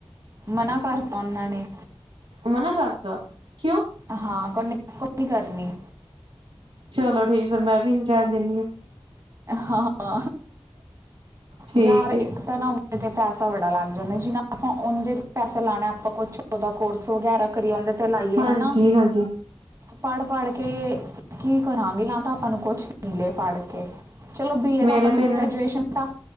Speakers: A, on the right; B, on the right.
A: ਮਨਾ ਕਰਤਾ ਉਹਨਾਂ ਨੇ।
B: ਮਨਾ ਕਰਤਾ ਕਿਉ।
A: ਹਾਂ ਕੋਨ ਕੋ ਕਰਨੀ।
B: ਚਲੋ ਠੀਕ ਫਿਰ ਮੈਂ ਵੀ ਨ ਰਹਿਣ ਦਿੰਦੀ ਹਾਂ।
A: ਹਾਂ
B: ਠੀਕ
A: ਯਾਰ
B: ਹੈ
A: ਇੱਕ ਤਾਂ ਨਾਉਦੇ ਤੇ ਪੈਸਾ ਬੜਾ ਲੱਗ ਜਾਂਦਾ ਜਿਨਾ। ਆਪਾਂ ਉਹਦੇ ਪੈਸੇ ਲਾਣੇ ਆਪਾਂ ਕੁਛ ਉਹਦਾ ਕੋਰਸ ਵਗੈਰਾ ਕਰੀਏ ਉਹਦੇ ਤੇ ਲਾਈਏ
B: ਹਾਂਜੀ
A: ਹਨਾ।
B: ਹਾਂਜੀ
A: ਪੜ੍ਹ, ਪੜ੍ਹ ਕੇ ਕੀ ਕਰਾਂਗੇ ਜਾਂ ਤਾਂ ਆਪਾਂ ਨੂੰ ਕੁਛ ਮਿਲੇ ਪੜ੍ਹ ਕੇ। ਚਲੋ ਬੀ ਏ
B: ਮੇਰੇ
A: ਆਪਾਂ ਨੂੰ
B: ਪੇਰੈਂਟਸ
A: ਗ੍ਰੈਜੂਏਸ਼ਨ ਤਾ